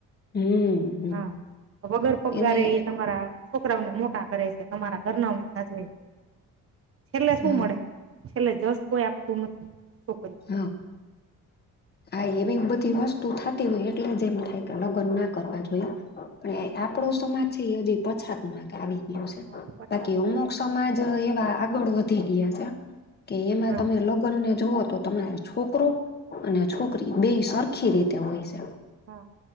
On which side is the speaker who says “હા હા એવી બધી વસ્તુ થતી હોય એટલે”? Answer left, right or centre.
Left